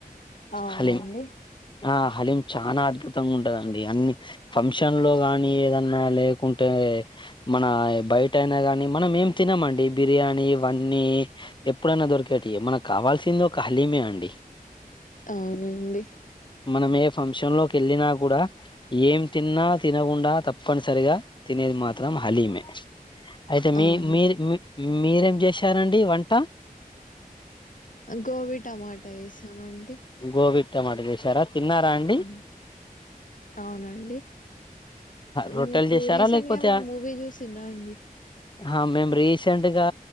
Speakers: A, on the left; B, on the left.
A: అవునండి
B: హలీం ఆ హలీం చాలా అద్భుతంగా ఉంటుంది అండి అన్ని ఫంక్షన్ లో గానీ ఏదన్నా లేకుంటే మన బయట అయినా కానీ మనం ఏం తినమండి బిర్యానీ ఇవన్నీ ఎప్పుడైనా దొరికవి మన కావాల్సింది ఒక మే అండి
A: అవునండి
B: మనం ఏ ఫంక్షన్ లోకి వెళ్ళిన కూడా ఏం తిన్నా తినకుండా తప్పనిసరిగా తినేది మాత్రం హలీమే అయితే మీ
A: అవును
B: మీరు మీరేమి చేసారండి వంట
A: గోబీ టమాటా చేసామండి
B: గోబి టమాట చేసారా తిన్నారా అండి
A: అవును అవునండి
B: రొట్టెలు
A: మీరు
B: చేశారా
A: రీసెంట్
B: లేకపోతే
A: గా మన మూవీ చూసిర అండి
B: ఆ మేం రీసెంట్ గా